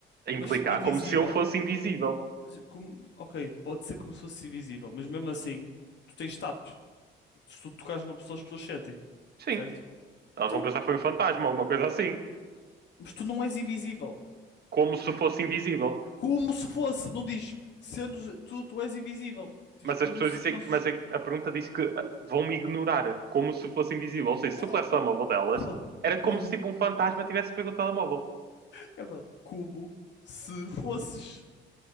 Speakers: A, on the right; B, on the left.
A: implicar
B: mas invisível.
A: como se eu fosse invisível.
B: Mas como- ok, pode ser como se fosse invisível, mas mesmo assim, tu tens tato. Se tu tocares uma pessoa, as pessoas sentem,
A: Sim,
B: certo?
A: elas
B: Então,
A: vão pensar que foi um fantasma ou uma coisa assim.
B: mas tu não és invisível.
A: Como se fosse invisível.
B: Como se fosse, não diz sendo tu, tu és invisível. Diz
A: Mas
B: como
A: as pessoas
B: se
A: dizem,
B: fosses.
A: mas a, a pergunta diz que ah, vão me ignorar como se fosse invisível. Ou seja,
B: Como?
A: se eu pegasse o telemóvel delas,
B: Cara, fala,
A: era
B: como?
A: como se tipo um fantasma tivesse pego o telemóvel.
B: Cara, fala, como se fosses.